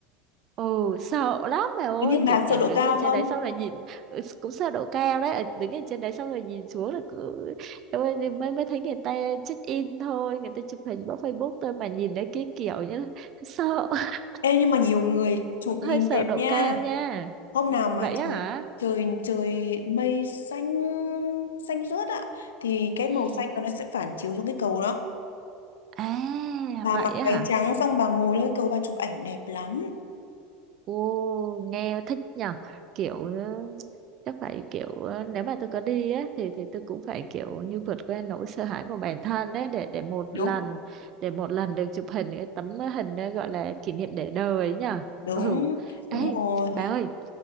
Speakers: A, on the right; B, on the left.
A: ừ sợ lắm mẹ ơi
B: thế nhưng bà
A: kiểu kiểu
B: sợ độ
A: đứng
B: cao
A: ở trên
B: không
A: đấy xong rồi nhìn ừ, cũng sợ độ cao đấy ờ, đứng ở trên đấy xong rồi nhìn xuống là cứ Em ơi, thì mới mới thấy người ta check in thôi người ta chụp hình bóc Facebook thôi mà nhìn đấy cái kiểu như là sợ <laughs>
B: Ê nhưng mà nhiều người chụp
A: cũng hơi
B: nhìn
A: sợ
B: đẹp
A: độ
B: nha
A: cao nha
B: hôm
A: ừ,
B: nào mà
A: vậy á
B: trời
A: hả
B: trời trời mây xanh xanh rớt ạ thì cái màu
A: ừ
B: xanh nó sẽ phản chiếu xuống cái cầu đó
A: à
B: bà
A: vậy
B: mặc
A: á
B: váy
A: hả
B: trắng xong bà ngồi lên cái cầu bà chụp ảnh đẹp lắm
A: Ồ, nghe thích nhở kiểu ừ, chắc phải kiểu ừ, nếu mà tôi có đi á thì thì tôi cũng phải kiểu như vượt qua nỗi sợ hãi của bản thân đấy để để một
B: đúng
A: lần để một lần được chụp hình cái tấm hình đó gọi là kỷ niệm để đời ấy nhở
B: đúng
A: ừ ấy
B: đúng rồi
A: bà ơi